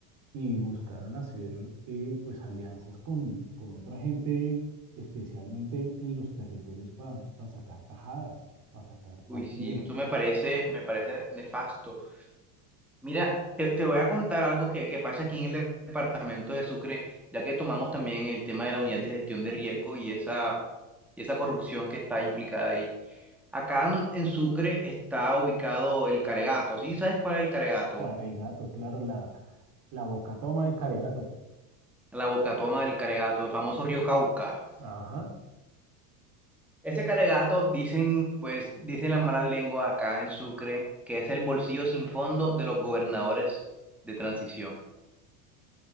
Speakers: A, on the right; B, in the centre.
A: y buscaron hacer eh, pues alianzas con, con otra gente, especialmente en los territorios para sacar tajadas, para sacar partidas.
B: Uy, sí, tú me parece, me parece nefasto. Mira, te, te voy a contar algo que, que pasa aquí en el departamento de Sucre, ya que tomamos también el tema de la unidad de gestión de riesgo y esa, y esa corrupción que está implicada ahí. Acá en en Sucre está ubicado el Caregato, ¿sí? ¿Sabes cuál es el Caregato?
A: Caregato, claro, la, la boca toma de Caregato.
B: La Bocatoma del Caregato, el famoso río Cauca.
A: Ajá.
B: Ese Caregato, dicen, pues, dicen las malas lenguas acá en Sucre, que es el bolsillo sin fondo de los gobernadores de transición.